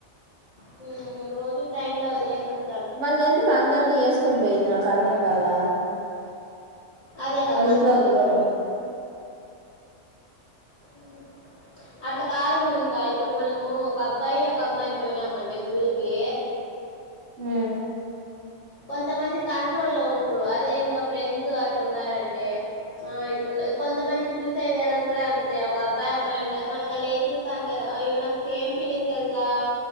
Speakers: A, on the left; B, on the right.
A: హ్మ్ రోజూ ట్రైన్ లో వదిలేసి వస్
B: మళ్ళ ఎందుకు అందరినీ ఏసుకొని పోయింది నాకు అర్ధం కాలా!
A: అదే కదా
B: వాళ్ళింట్లో
A: నాకు తెలీదు
B: ఒప్పుకోరాని.
A: మ్ అట్లా కాదు మౌనిక ఇప్పుడు మనమూ ఒక అబ్బాయి, ఒక అమ్మాయి పోయినామంటే గుళ్ళకి
B: మ్మ్
A: కొంతమంది కంట్రోల్ లో ఉండ్రు అదే ఇంకా ఫ్రెండ్స్ అట్ల ఉన్నారంటే, ఆ ఇట్లున్నాయి కొంతమంది చూసే విధానం కూడా అంతే, ఒక అబ్బాయి అమ్మాయి ఉంటే మనకల్లే చూస్తా ఉంటరు. అయ్యో నాకు షేమ్ ఫీలింగ్ తెల్సా